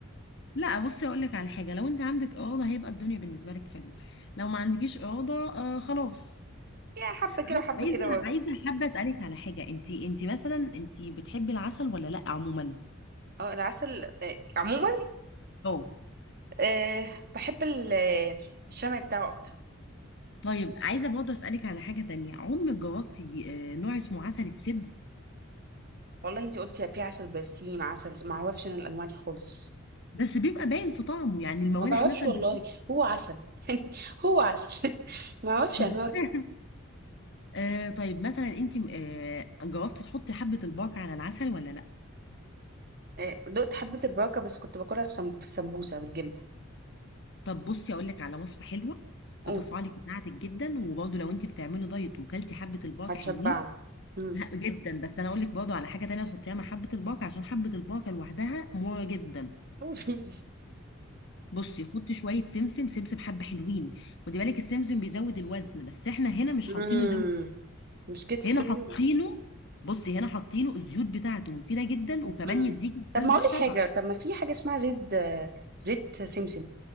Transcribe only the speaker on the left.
لا بصي اقول لك على حاجه لو انت عندك اراده هيبقى الدنيا بالنسبه لك حلو لو ما عندكيش اراده آه خلاص
عاي-
عايزه
عايزه حابه اسالك على حاجه انت انت مثلا انت بتحبي العسل ولا لا عموما
اه
طيب عايزه برضه اسالك على حاجه تانية عمرك جربتي آه نوع اسمه عسل السد
بس بيبقى باين في طعمه يعني الموالح
مثلا
بت...
<laughs>
آه طيب مثلا انت آه جربتي تحطي حبه الباقة على العسل ولا لا
طب بصي اقول لك على وصفه حلوه
هترفع لك مناعتك جدا وبرضه لو انت بتعملي دايت وكلتي حبه البركه
حلوين
ه- جدا بس انا اقول لك برضه على حاجه تانية تحطيها مع حبه البركه عشان حبه البركه لوحدها مره جدا
بصي حطي شويه سمسم سمسم حبه حلوين خدي بالك السمسم بيزود الوزن بس احنا هنا مش
حاطينه زود
هنا حاطينه بصي هنا حاطينه الزيوت بتاعته مفيده جدا وكمان
يديك
احساس
بالشبع